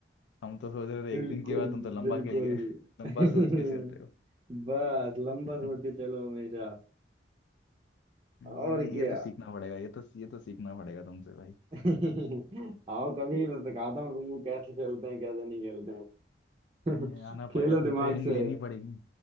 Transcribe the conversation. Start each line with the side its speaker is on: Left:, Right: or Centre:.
Left: हम तो सोच रहे थे
Right: बिल्कुल
Left: एक दिन के बाद तुम तो लंबा
Right: बिल्कुल
Left: खेल गए <laughs> लंबा
Right: <laughs>
Left: सोच के चल रहे हो
Right: बस लंबा
Left: <laughs>
Right: सोच के चलो हमेशा और
Left: ये नहीं
Right: क्या
Left: ये तो सीखना पड़ेगा ये तो ये तो सीखना पड़ेगा तुमसे भाई
Right: <laughs> आओ कभी मैं सिखाता हूँ तुमको कैसे खेलते हैं कैसे नहीं खेलते हैं
Left: ये आना
Right: <laughs> खेलो
Left: पड़ेगा थोड़ी
Right: दिमाग
Left: ट्रेनिंग
Right: से
Left: लेनी पड़ेगी